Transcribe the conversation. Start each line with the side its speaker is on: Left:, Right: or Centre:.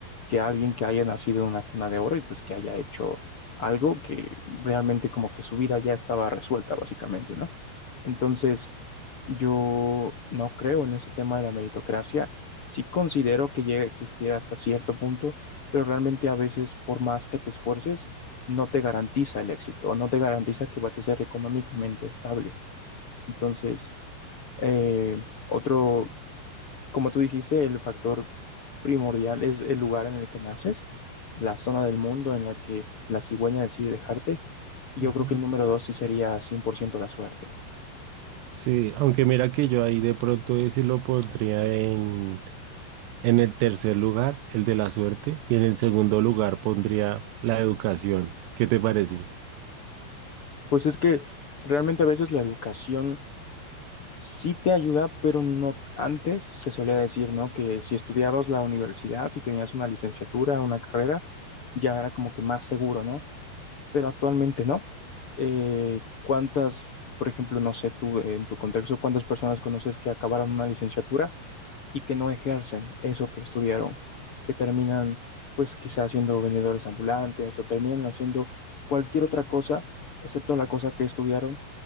Left: que alguien que haya nacido en una cuna de oro y pues que haya hecho algo que realmente como que su vida ya estaba resuelta, básicamente, ¿no? Entonces, yo no creo en ese tema de la meritocracia. Sí considero que llega a existir hasta cierto punto, pero realmente a veces, por más que te esfuerces, no te garantiza el éxito, no te garantiza que vas a ser económicamente estable. Entonces, eh, otro, como tú dijiste, el factor primordial es el lugar en el que naces, la zona del mundo en la que la cigüeña decide dejarte. Y
Right: Ujú.
Left: yo creo que el número dos sí sería 100% la suerte.
Right: Sí, aunque mira que yo ahí de pronto ese lo pondría en, en el tercer lugar, el de la suerte, y en el segundo lugar pondría la educación. ¿Qué te parece?
Left: Pues es que realmente a veces la educación Sí te ayuda, pero no antes se solía decir, ¿no? Que si estudiabas la universidad, si tenías una licenciatura, una carrera, ya era como que más seguro, ¿no? Pero actualmente no. Eh, ¿cuántas, por ejemplo, no sé, tú eh, en tu contexto, cuántas personas conoces que acabaron una licenciatura y que no ejercen eso que estudiaron, que terminan pues quizás siendo vendedores ambulantes o terminan haciendo cualquier otra cosa excepto la cosa que estudiaron,